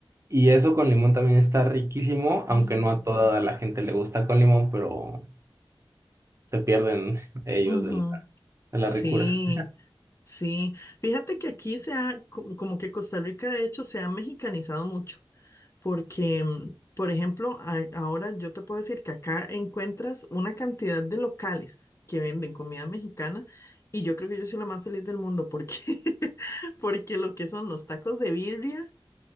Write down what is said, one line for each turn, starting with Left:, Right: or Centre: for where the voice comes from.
Right: Y eso con limón también está riquísimo, aunque
Left: mm,
Right: no a toda la gente le gusta con limón, pero se pierden <laughs> ellos
Left: ujú,
Right: de la, de la
Left: Sí,
Right: ricura.
Left: sí. Fíjate que aquí se ha, co- como que Costa Rica de hecho se ha mexicanizado mucho, porque, mm, por ejemplo, a- ahora yo te puedo decir que acá encuentras una cantidad de locales que venden comida mexicana y yo creo que yo soy la más feliz del mundo porque, <laughs> porque lo que son los tacos de birria,